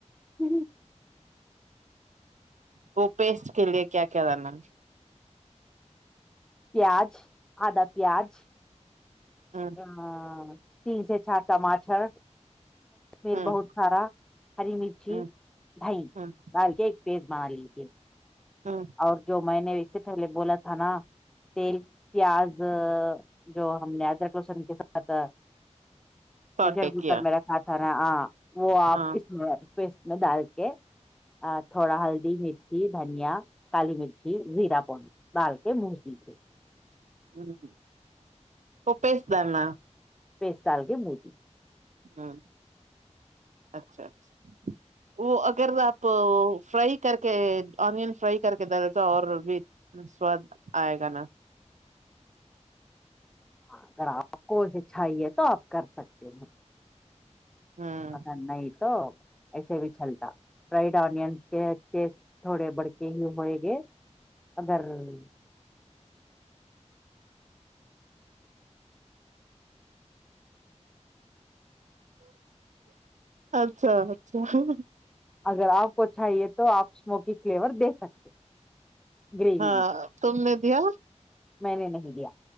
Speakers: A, in the centre; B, on the right.
A: ہوں
B: وہ پیسٹ کے لیے کیا کیا رہ ن
A: پیاز آدا پیاز
B: ہوں
A: ہاں پیز ہے چار ٹماٹر میر
B: ہوں
A: بہت سارا ہری مرچھی
B: ہوں
A: دہ
B: ہمم
A: ڈال کے پیز بار لیجیے <unintelligible>
B: ہاں
A: اور جو میں نے اس سے پہلے بولا تھا نا تیل پیاز جو ہم نے ادرک روشن کے ساتھ
B: سوٹے
A: پریشر کوکر
B: کیا
A: میںیرکھھ تھا آ <inaudible> وہ آپ
B: ہاں
A: اس میں پس میں ڈال کے تھوڑا ہلدی مرچی دھنیا کالی مرچی زیرا پن بال کے مج دی تھے
B: ہ <inaudible> تو پس دام ن
A: پس تال کے بوج
B: ہاں اچھا اچھا وہ اگر آپ فرائی کر کے آنن فرائی کر کے ڈے تو اور بھی سواد آئے گا نا
A: اگر آپ کو چاہیے تو آپ کر سکتے ہیں
B: ہمم
A: ا نہیں تو ایسے چلتا فڈ آن کےس تھوڑے بڑک ہی ہوئے گے ادگر <unintelligible>
B: اچھا اچھا
A: اگر آپ کو چاہیے تو آپ اسموکی فلیور دے سکتے ہو گریوی
B: ہاں
A: میں
B: تم نے کیا
A: میں نے نہیں دیا